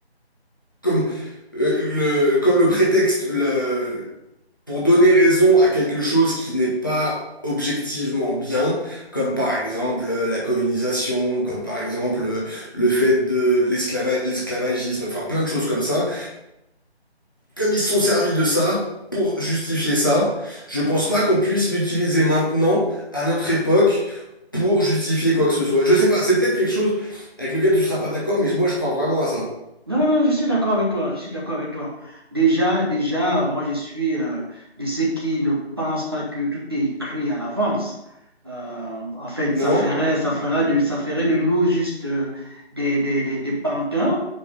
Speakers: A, on the left; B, on the right.
A: comme, euh, le, comme le prétexte le- pour donner raison à quelque chose qui n'est pas objectivement bien, comme par exemple euh, la colonisation, comme par exemple euh, le fait de l'esclava- l'esclavagisme, enfin plein de choses comme ça comme ils se sont servis de ça pour justifier ça, je pense pas qu'on puisse l'utiliser maintenant, à notre époque, pour justifier quoi que ce soit. Je sais pas, c'est peut-être quelque chose avec lequel tu seras pas d'accord, mais moi je crois vraiment à ça.
B: Non, non, non, je suis d'accord avec toi, je suis d'accord avec toi. Déjà, déjà, euh, moi, je suis euh, de ceux qui ne pensent pas que tout est écrit à l'avance. Euh, en fait,
A: Non?
B: ça ferait, ça ferait de, ça ferait de nous juste euh, des, des, des, des pantins,